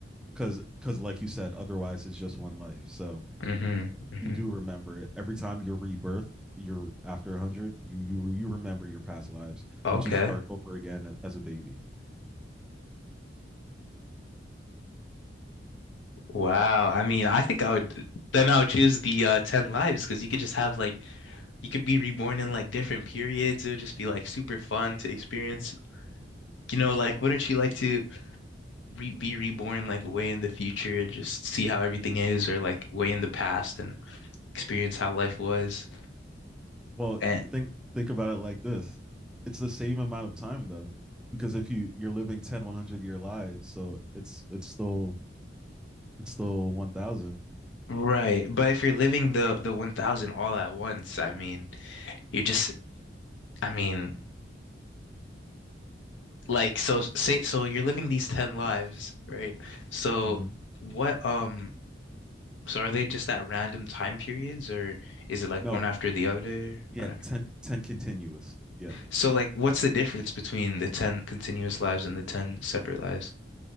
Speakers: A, in the centre; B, on the left.
A: because because like you said, otherwise it's just one life. So
B: hmm
A: you d-
B: hmm
A: you do remember it. Every time you're rebirth, you're after 100, you you you remember your past lives,
B: Okay.
A: but you start over again as a baby.
B: Wow. I mean, I think I would then I would choose the uh, 10 lives because you could just have like you could be reborn in like different periods. It would just be like super fun to experience. You know, like wouldn't you like to re be reborn like way in the future and just see how everything is, or like way in the past and experience how life was?
A: Well,
B: And
A: think think about it like this. It's the same amount of time though, because if you you're living ten, one hundred year lives, so it's it's still it's still 1000.
B: right, but if you're living the the 1000 all at once, I mean, you're just I mean, like, so say, so you're living these 10 lives, right? So
A: Mhm.
B: what, um, so are they just at random time periods or is it like
A: No,
B: one after the other?
A: Yeah,
B: One after...
A: ten ten continuous. Yeah.
B: So like, what's the difference between the 10 continuous lives and the 10 separate lives?